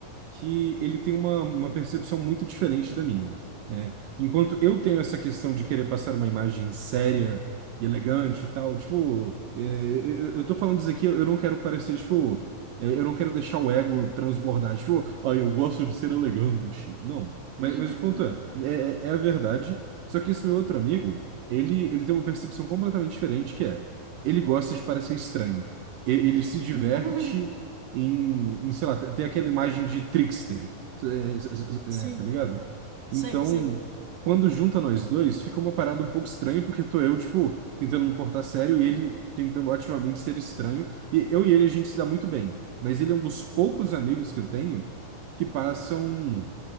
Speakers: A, on the right; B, on the right.
A: que ele tem uma, uma percepção muito diferente da minha. É, enquanto eu tenho essa questão de querer passar uma imagem séria e elegante e tal, tipo, é, eu, eu tô falando isso aqui, eu não quero parecer, tipo, é, eu não quero deixar o ego transbordar, tipo, ah, eu gosto de ser elegante. Não, mas,
B: Uhum.
A: mas o ponto é, é, é a verdade, só que esse meu outro amigo, ele, ele tem uma percepção completamente diferente, que é, ele gosta de parecer estranho. E- Ele se diverte
B: <laughs>
A: em, em, sei lá, tem tem aquela imagem de trickster, é,
B: Sim,
A: é, é, é, tá ligado? Então,
B: sei, sei.
A: quando junta nós dois, fica uma parada um pouco estranha, porque tô eu, tipo, tentando me portar sério e ele tentando ativamente ser estranho. E eu e ele, a gente se dá muito bem, mas ele é um dos poucos amigos que eu tenho que passam